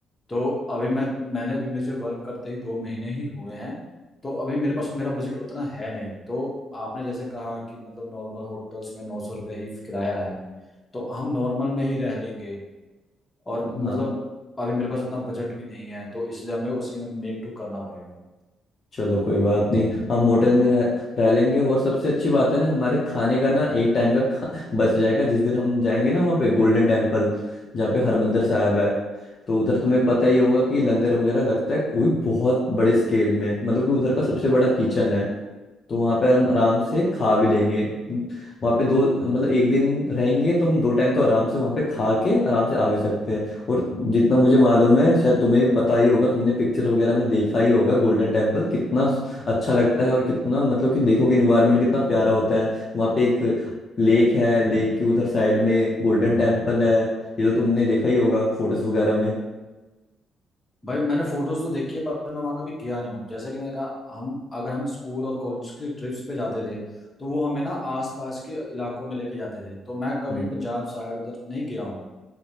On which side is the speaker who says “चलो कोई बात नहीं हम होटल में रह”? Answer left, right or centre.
Left